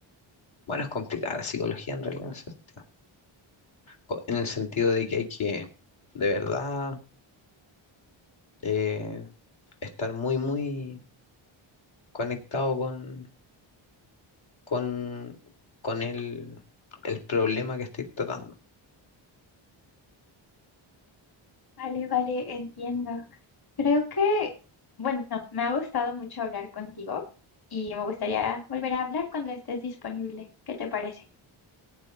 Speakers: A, on the left; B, on the left.
A: Bueno, es complicada la psicología en realidad en ese sentido. Co- En el sentido de que hay que, de verdad, eh, estar muy, muy conectado con, con, con el, el problema que estoy tratando.
B: vale, vale, entiendo. Creo que, bueno, me ha gustado mucho hablar contigo y me gustaría volver a hablar cuando estés disponible. ¿Qué te parece?